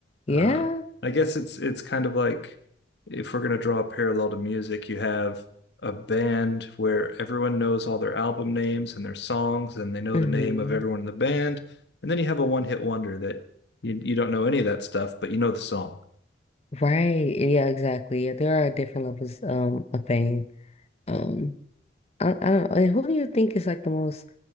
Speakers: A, on the left; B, on the left.
A: Yeah.
B: Uh, I guess it's it's kind of like if we're gonna draw a parallel to music, you have a band where everyone knows all their album names and their songs, and they know
A: hmm
B: the name of everyone in the band, and then you have a one-hit wonder that you you don't know any of that stuff, but you know the song.
A: Right. Yeah, exactly. Yeah, there are different levels um of fame. Um, I, I don't know. Who do you think is like the most